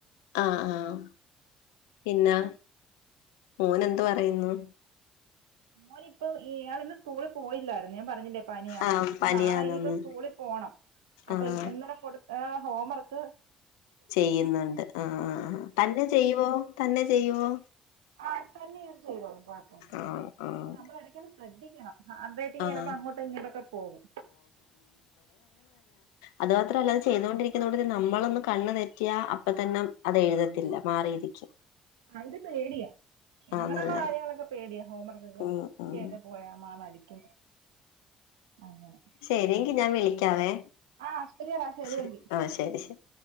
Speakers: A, on the left; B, on the right.
A: അ ആഹ് പിന്നെ മോനെന്ത് പറയുന്നു
B: മോനിപ്പൊ ഇയാളന്ന സ്കൂളി പോയില്ലാരുന്നു ഞാൻ പറഞ്ഞില്ലേ പനിയാന്ന്
A: ആഹ്
B: പ്പൊ
A: പനിയാണെന്ന്
B: നാളെ ഇനിയിപ്പോ സ്കൂളി പോണം അപ്പോ
A: ആഹ്
B: ഇ ഇന്നലെ കൊടുത്ത ഹോം വർക്ക്
A: ചെയ്യുന്നുണ്ട് അ അ ആഹ് തന്നെ ചെയ്യുവോ തന്നെ ചെയ്യുവോ
B: ആഹ് തന്നെയിരുന്ന് ചെയ്തോളും കുഴപ്പൊന്നില്ല
A: ആഹ് ആഹ്
B: നമ്മള് എടക്കൊന്ന് ശ്രദ്ധിക്കണം അന്തായിട്ട്
A: ആഹ്
B: ചിലപ്പോ അങ്ങോട്ടും ഇങ്ങോട്ടൊക്കെ പോകും
A: അതുമാത്രല്ല ചെയ്തോണ്ടിരിക്കുന്ന കൂട്ട കണ്ണ് തെറ്റിയ അപ്പോ തന്നെ എഴുതത്തില്ല മാറിയിരിക്കും <inaudible>
B: അത് പേടിയാ അങ്ങനെയുള്ള
A: ആന്നല്ലേ
B: കാര്യങ്ങളൊക്കെ പേടിയ ഹോംവർകൊക്കെ
A: ഉം ഉം
B: ചെയ്ത് പോയാ മാ നടിക്കും അങ്ങനെ
A: ശരി എങ്കി ഞാൻ വിളിക്കാവേ
B: ആ ശരിയെടാ ശരിയെങ്കിൽ
A: ശരി ആഹ് ശരി ശരി